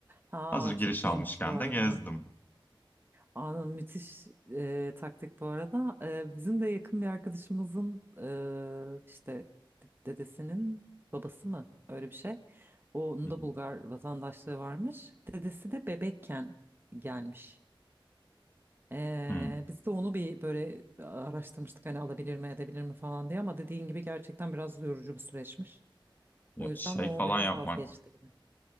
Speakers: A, on the right; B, on the left.
A: Aa,
B: Hazır giriş
A: çok iyiymiş
B: almışken
A: bu arada.
B: de gezdim.
A: Anın müthiş e, taktik bu arada. E, bizim de yakın bir arkadaşımızın e, işte dedesinin babası mı öyle bir şey. Onun
B: Hı hı.
A: da Bulgar vatandaşlığı varmış. Dedesi de bebekken gelmiş. E,
B: Hı.
A: biz de onu bir böyle araştırmıştık hani alabilir mi edebilir mi falan diye ama dediğin gibi gerçekten biraz yorucu bir süreçmiş.
B: Ya
A: O yüzden
B: şey
A: o
B: falan
A: biraz
B: yapmak
A: vazgeçti gibi.